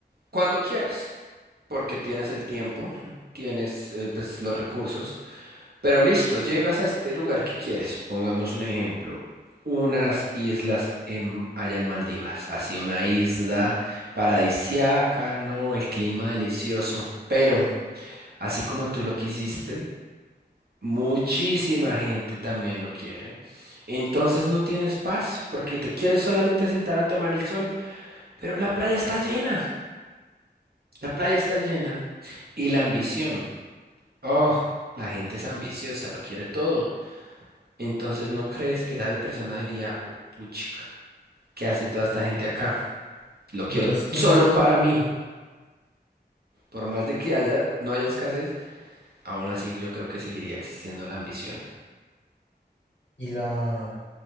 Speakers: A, on the right; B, on the left.
A: cuando quieras, porque tienes el tiempo, tienes eh, pues los recursos. Pero listo, llegas a este lugar que quieres. Pongamos un ejemplo. Unas islas en, allá en Maldivas. Así una isla paradisiaca, ¿no? El clima delicioso. Pero, así como tú lo quisiste, muchísima gente también lo quiere. Entonces no tienes paz porque te quieres solamente sentar a tomar el sol. Pero la playa está llena. La playa está llena. Y la ambición. Oh, la gente es ambiciosa, lo quiere todo. Entonces, ¿no crees que esa persona diría, puchica, ¿qué hace toda esta gente acá? Lo quiero
B: No los quiero
A: solo
B: aquí.
A: para mí. Por más de que haya, no haya escasez, aún así yo creo que seguiría existiendo la ambición.
B: Y la